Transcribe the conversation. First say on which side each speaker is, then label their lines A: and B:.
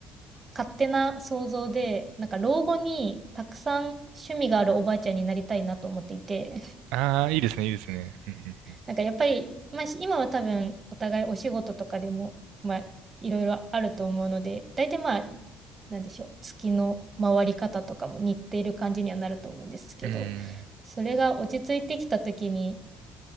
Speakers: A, on the right; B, on the right.
A: 勝手な想像で、なんか老後にたくさん趣味があるおばあちゃんになりたいなと思っていて。
B: ああ、いいですね、いいですね。うん。
A: なんかやっぱり、まあ、し今は多分お互いお仕事とかでも、まあ、いろいろあると思うので、大体まあ、なんでしょう、月の回り方とかも似ている感じにはなると思うんですけど、
B: うんうんうん
A: それが落ち着いてきた時に、